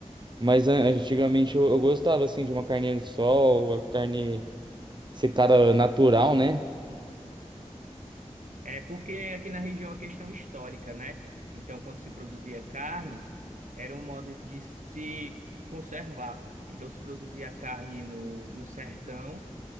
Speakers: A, on the right; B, on the right.
A: mas an- antigamente eu, eu gostava assim de uma carne de sol, a carne secada natural, né?
B: É porque aqui na região é uma questão histórica, né? Então, quando se produzia carne, era um modo de se conservar. Então, se produzia carne no, no sertão